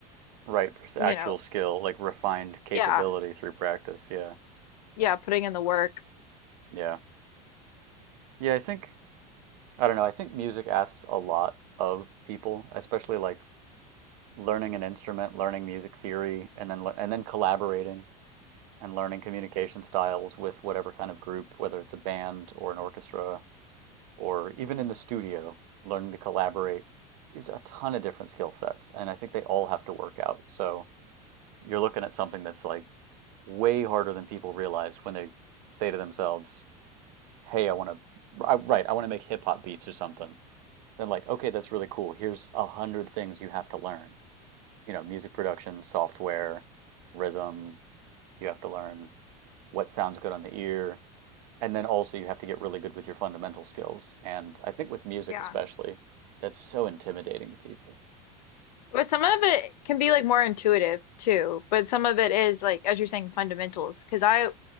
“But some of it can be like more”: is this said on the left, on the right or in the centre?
Left